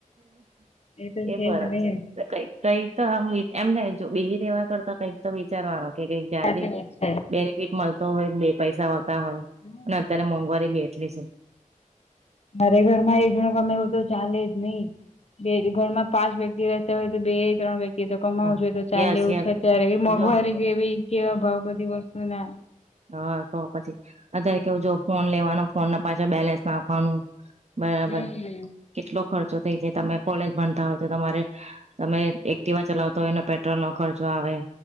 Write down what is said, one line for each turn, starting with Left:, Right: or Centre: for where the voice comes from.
Left: તો
Right: હ એ
Left: છે
Right: ફરક
Left: જ ને
Right: છે કઈક કઈક તો આ એમને જો બઈ રેવા કરતા કઈક તો વિચારવાનો કે કઈક જાતિ
Left: સાચી વાત છે
Right: બેનિફિટ મળતો હોય બે પૈસા હોતાહોય
Left: હમ
Right: અને અત્યારે મોંઘવારી એટલી છે.
Left: મારે ઘર માં એજ ગમેવુ તો ચાલે જ નહી. બે ઘરમાં પાંચ વ્યક્તિ રહેતા હોય તો બે ત્રણ વ્યક્તિ તો કમાવું
Right: હા
Left: છો તો ચાલે
Right: યસ
Left: એવું
Right: યસ
Left: છે અત્યારે એ મોંઘવારી
Right: જો
Left: કે એવી કેવા ભાવ બધી વસ્તુ ના
Right: હા તો પછી અત્યારે કેવું જો ફોન લેવાનો ફોનને પાછળ બેલેન્સ નાખવાનું. બરાબર
Left: હમ.
Right: કેટલો ખર્ચો થઇ જાય તમે કોલેજ ભણતા હોય તો તમારે તમે એકટીવા ચલાવતા હોયને પેટ્રોલ નો ખર્ચો આવે